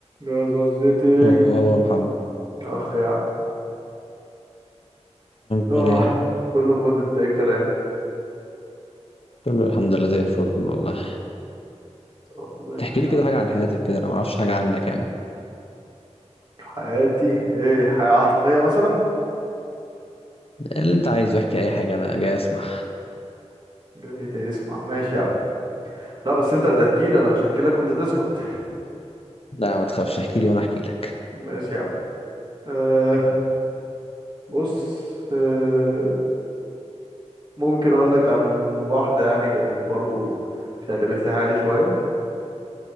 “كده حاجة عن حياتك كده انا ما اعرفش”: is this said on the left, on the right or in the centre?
Left